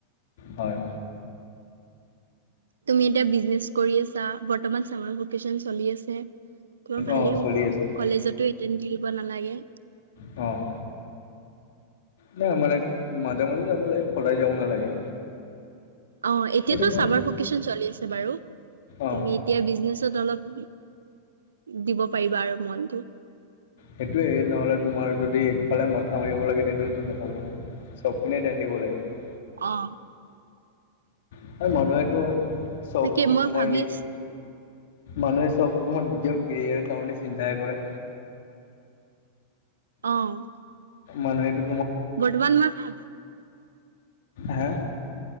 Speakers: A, on the left (about 55°); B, on the right (about 70°).
A: হয়
B: তুমি এতিয়া বিজনেচ কৰি আছা বৰ্তমান চামাৰ ভকেচন চলি আছে। তোমাৰ ভালেই
A: অঁ
B: হ'ব
A: চলি আছে
B: কলেজতো এটেণ্ড দিব নালাগে।
A: অ'। নাই মানে মাজে মাজে যাব লাগে সদায় যাব নালাগে।
B: অ', এতিয়াতো
A: এইটো মই
B: চাবাৰ ভেকেচন চলি আছে বাৰু
A: অঁ
B: তুমি এতিয়া বিজনেছত অলপ দিব পাৰিবা আৰু মনটো।
A: সেইটোয়ে নহ'লে তোমাৰ যদি একফালে মাথা মাৰিব লাগে তেতিয়াহ'লেটো নহ'ব ন'। চব পিনে ধ্যান দিব লাগিব।
B: অ'।
A: আৰু মানুহটো চ'ব
B: তাকে
A: মানে
B: মই
A: তোমাৰ
B: ভাবি
A: নিজে
B: আছো
A: মানুহে চব তোমাৰ নিজৰ কেৰিয়াৰ কাৰনে চিন্তাহে কৰে।
B: অ'।
A: মানুহেটো
B: বৰ্তমান মই ভা-
A: হে